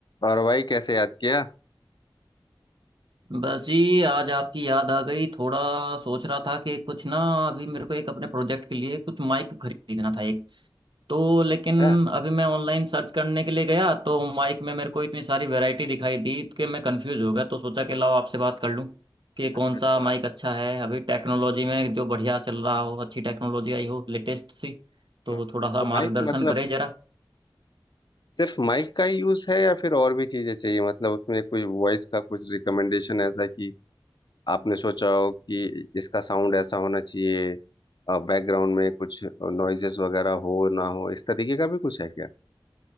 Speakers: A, on the left; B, on the right.
A: और भाई कैसे याद किया
B: बस जी आज आपकी याद आ गई थोड़ा सोच रहा था कि कुछ ना अभी मेरे को एक अपने प्रोजेक्ट के लिए कुछ माइक खरीदना था एक तो लेकिन
A: है
B: अभी मैं ऑनलाइन सर्च करने के लिए गया तो माइक में मेरे को इतनी सारी वैरायटी दिखाई दी कि मैं कंफ्यूज हो गया तो सोचा कि लाओ आपसे बात कर लूं कि कौन
A: अच्छा अच्छा
B: सा माइक अच्छा है अभी टेक्नोलॉजी में जो बढ़िया चल रहा हो अच्छी टेक्नोलॉजी आई हो लेटेस्ट सी तो
A: हम्म।
B: थोड़ा सा
A: तो
B: मार्गदर्शन
A: माइक मतलब
B: करे जरा
A: सिर्फ माइक का ही यूज है या फिर और भी चीजें चाहिए मतलब उसमें कोई वॉइस का कुछ रिकमेंडेशन ऐसा कि आपने सोचा हो कि इसका साउंड ऐसा होना चाहिए बैकग्राउंड में कुछ नॉइजेस वगैरह हो ना हो इस तरीके का भी कुछ है क्या